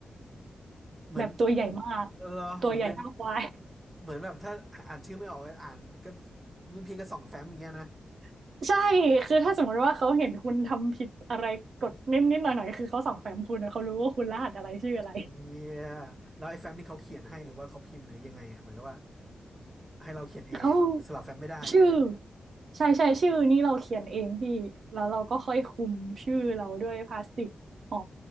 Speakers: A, on the right; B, on the right.
A: เหมือน
B: แบบตัวใหญ่มาก
A: เหรอเหมือนเป็น
B: ตัวใหญ่เท่าควาย
A: เหมือนแบบถ้าอ่านชื่อไม่ออกอ่านก็ รุ่นพี่ก็ส่องแฟ้มอย่างเงี้ยนะ
B: <laughs> ใช่คือถ้าสมมติว่าเขาเห็นคุณทำผิดอะไรกดนิดนิดหน่อยหน่อยๆคือเขาส่องแฟ้มคุณนะเขารู้ว่าคุณรหัสอะไรชื่ออะไร
A: เฮียแล้วไอ้แฟ้มที่เขาเขียนให้หรือว่าเขาพิมพ์หรือยังไงอ่ะเหมือนกับว่าให้เราเขียนเองสลับแฟ้มไม่ได้อย่างเงี้ยเด้
B: เอ้าชื่อใช่ใช่ชื่อนี่เราเขียนเองพี่แล้วเราก็ค่อยคุมชื่อเราด้วยพลาสติกห่อ